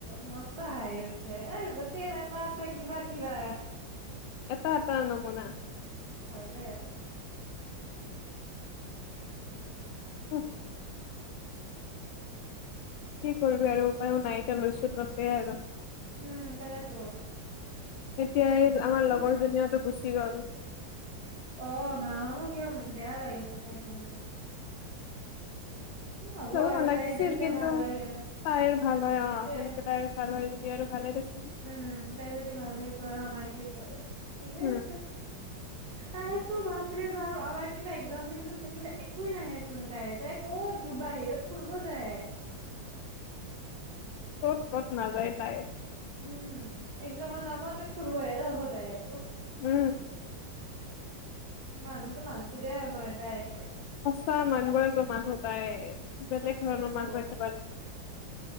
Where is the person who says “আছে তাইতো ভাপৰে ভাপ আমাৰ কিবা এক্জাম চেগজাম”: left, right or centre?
Right